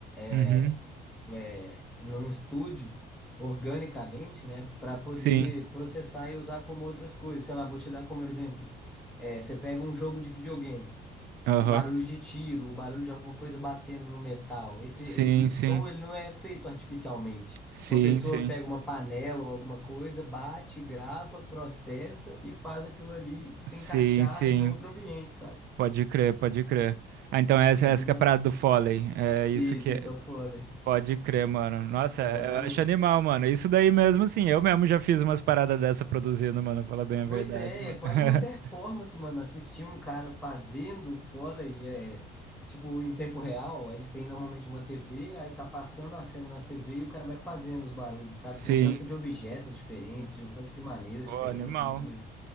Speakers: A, on the right; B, in the centre.
A: Uhum,
B: é, é, num estúdio organicamente, né, para poder
A: sim,
B: processar e usar como outras coisas. Sei lá, vou te dar como exemplo. É, você pega um jogo de videogame,
A: aham,
B: o barulho de tiro, o barulho de alguma coisa batendo no metal. Esse,
A: Sim,
B: esse
A: sim.
B: som ele não é feito artificialmente.
A: Sim,
B: Uma pessoa
A: sim.
B: pega uma panela ou alguma coisa, bate, grava, processa e faz aquilo ali se
A: Sim,
B: encaixar
A: sim.
B: em outro ambiente, saca?
A: Pode crer, pode crer. Ah, então essa,
B: É
A: essa
B: bem
A: que
B: da...
A: é a parada do Foley. É isso
B: Isso,
A: que é.
B: isso é o fôlei.
A: Pode crer, mano. Nossa,
B: Exatamente.
A: eu acho animal, mano. Isso daí mesmo, assim, eu mesmo já fiz umas paradas dessa produzindo, mano. Falar bem a verdade,
B: Pois é,
A: mano.
B: é quase
A: <laughs>
B: uma performance, mano. Assistir um cara fazendo o Foley, é, tipo, em tempo real, eles têm normalmente uma TV, aí tá passando a cena na TV e o cara vai fazendo os barulhos, sabe?
A: Sim.
B: Com um tanto de objetos diferentes, de um tanto de maneiras
A: Pô,
B: diferentes,
A: animal.
B: é muito doido.